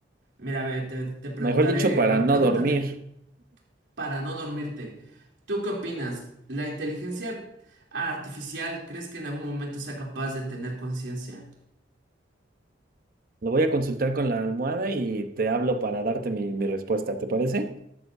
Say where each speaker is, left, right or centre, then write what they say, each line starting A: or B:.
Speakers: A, on the right (about 70°); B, on the right (about 50°).
A: Mira, ve, te, te preguntaré,
B: Mejor dicho, para
A: bueno,
B: no
A: pregúntate,
B: dormir.
A: para no dormirte, ¿tú qué opinas? ¿La inteligencia artificial crees que en algún momento sea capaz de tener conciencia?
B: Lo voy a consultar con la almohada y te hablo para darte mi, mi respuesta, ¿te parece?